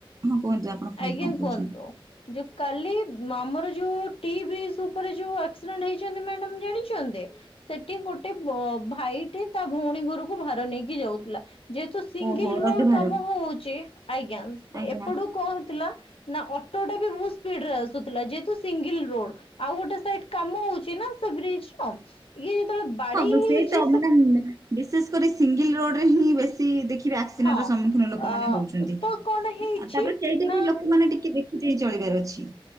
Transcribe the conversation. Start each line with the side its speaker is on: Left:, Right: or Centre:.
Right: ହଁ କୁହନ୍ତୁ ଆପଣ କୁହନ୍ତୁ
Left: ଆଜ୍ଞା
Right: କଣ କହୁଛନ୍ତି?
Left: କୁଅନ୍ତୁ। ଯୋଉ କାଲି ଆମର ଯୋଉ ଟିବ୍ରିଜି ଉପରେ ଯୋଉ ଆସ୍କିରେଣ୍ଟ ହେଇଚନ୍ତି ମାଡାମ ଜାଣିଚନ୍ତି। ସେଠି ଗୋଟେ ବ ଭାଇଟେ ତା ଭଉଣୀ ଘରକୁ ଭାର ନେଇକି ଯାଉଥିଲା ଯେହେତୁ ସିଙ୍ଗିଲି
Right: ଓହୋ ରୋଜଗାର
Left: ରୋଡ କାମ ହଉଛି ଆଜ୍ଞା
Right: ଆଜ୍ଞା
Left: ଏପଟୁ କ ହେଇଥିଲା ନା ଅଟୋଟା ବି ବହୁତ ସ୍ପିଡିରେ ଆସୁଥିଲା ଯେହେତୁ ସିଙ୍ଗିଲି ରୋଡ ଆଉ ଗୋଟେ ସାଇଡି କାମ ହଉଚି ନା ସେ ବ୍ରିଜି ଟା ଇଏ ଯେତେବେଳେ ବାଡେଇ
Right: ହଁ ବ-
Left: ହେଇଚି
Right: ସେଇ ତ ମାନେ
Left: ସେ
Right: ବିଶେଷ କରି ସିଙ୍ଗିଲି ରୋଡ ରେ ହିଁ ବେଶ୍ ସି ଦେଖିବେ ଆକ୍ସିରେଣ୍ଟ
Left: ହଁ
Right: ର ସମ୍ମୁଖୀନ ଲୋକମାନେ
Left: ଅ
Right: ହଉଚନ୍ତି।
Left: ତ
Right: ଆ
Left: କଣ ହେଇଛି
Right: ତାପରେ ସେଇଟା
Left: ନା
Right: ବି ଲୋକମାନେ ଟିକେ ଦେ କି ଚଳିବାର ଅଛି।